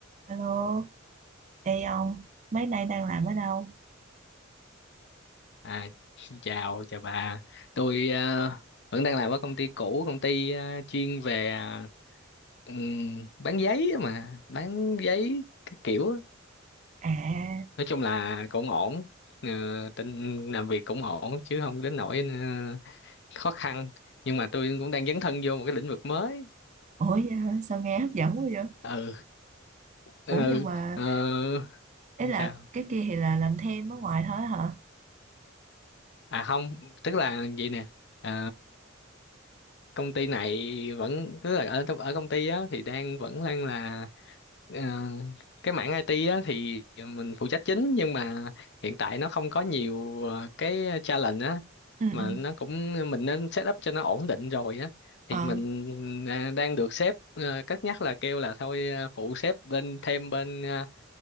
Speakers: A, on the right; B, on the left.
A: Alo, ê ông, mấy nay đang làm ở đâu?
B: À, xin chào chào bà tôi ờ, vẫn đang làm ở công ty cũ công ty ờ, chuyên về ờ, ừm, bán giấy á mà bán giấy các kiểu á.
A: À,
B: nói chung là cũng ổn Ờ, tin làm việc cũng ổn chứ không đến nỗi ờ, khó khăn nhưng mà tôi cũng đang dấn thân vô một cái lĩnh vực mới
A: ủa vậy hả? sao nghe hấp dẫn quá vậy?
B: ừ
A: Ủa
B: ừ
A: nhưng mà,
B: ờ,
A: ấy là
B: sao
A: cái kia thì là làm thêm ở ngoài thôi hả?
B: à không tức là vậy nè ờ, công ty này vẫn tức là ở ở công ty á thì đang vẫn đang là ờ, cái mảng IT á thì mình phụ trách chính nhưng mà hiện tại nó không có nhiều ờ, cái challenge á
A: Ừ,
B: mà
A: ừ,
B: nó cũng mình nên set up cho nó ổn định rồi á
A: ờ,
B: thì mình à, đang được sếp ờ, cất nhắc là kêu là thôi ờ, phụ sếp bên thêm bên ờ,